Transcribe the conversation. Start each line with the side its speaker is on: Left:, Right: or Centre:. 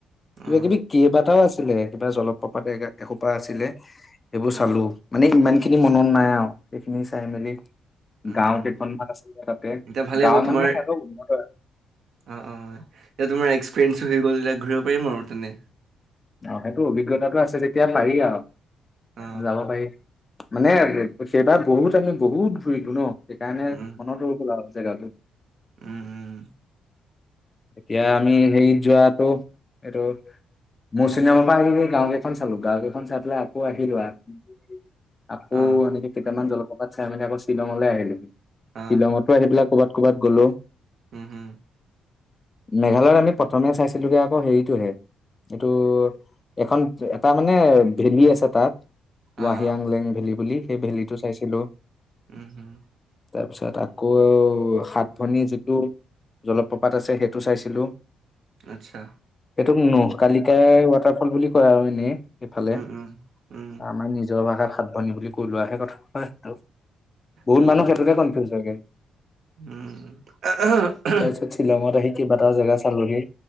Left: কিবা
Right: অ
Left: কিবি কেবাতাও আছ লৈ, কিবা জলপ্ৰপাত এ এসোপা আছিলে। সেইবোৰ
Right: উম
Left: চালোঁ, মানে ইমান সেইখিনি মনত নাই আও, সেইখিনি চাই মেলি
Right: উম
Left: গাঁও
Right: উম
Left: কেইখনমান আছিলে তাতে,
Right: এতিয়া ভালেই
Left: গাঁও
Right: হ'ব
Left: মানে
Right: তোমাৰ
Left: হেত উন্নত হয়।
Right: অ অ এতিয়া তোমাৰ এক্সপেৰিয়েঞ্চো হৈ গ'ল যে এতিয়া ঘূৰিব পাৰিম আও তেনে।
Left: অ সেইটো অভিজ্ঞতাটো আছে তেতিয়া পাৰি আও।
Right: অ
Left: যাব পাৰি। মানে সেইবাৰ বহুত আমি বহুত ঘুৰিলো ন' সেইকাৰণে
Right: উম
Left: মনটো খুলা হল। টো <unintelligible>
Right: উম উম।
Left: এতিয়া আমি হেৰিত যোৱাটো, এইটো মোৰ চিনেমা পৰা আহি গাও কেইখন চালো। গাও কেইখন চাই পেলাই আকৌ আহিলো আও আকৌ
Right: অ
Left: এনেকে কেটামান জ ককাক চাই মেলি আকৌ শ্বিলঙলৈ আহিলো।
Right: অ
Left: শ্বিলঙতো আহি পেলাই ক কবাত গ'লো।
Right: উম হম।
Left: মেঘালয়ত আমি প্ৰথমে চাইছিলো গে আকৌ হেৰিটোহে, এইটো এখন এটা মানে ভেলী আছে তাত।
Right: অ অ
Left: ৱাহি আংলেং ভেলি বুলি। সেই ভেলীটো চাইছিলো।
Right: উম হম।
Left: তাৰপিছত আকৌ সাত ভনী যিটো জলপ্ৰপাত আছে সেইটো চাইছিলো।
Right: আচ্ছা
Left: সেইটো ন কালি কে ৱাটাৰফল বুলি কয় আৰু এনেই। ইফালে
Right: উম উম উম
Left: আমাৰ নিজৰ ভাষাৰ সাধ মানি বুলি কৈ লোৱাহে কথা। <unintelligible> বহুত
Right: উম
Left: মানুহ সেইটোতে কনফিউজ হয়েগে।
Right: উম উম
Left: তাৰপিছত মই <unintelligible> কেইবাটাও জেগা চালোগে।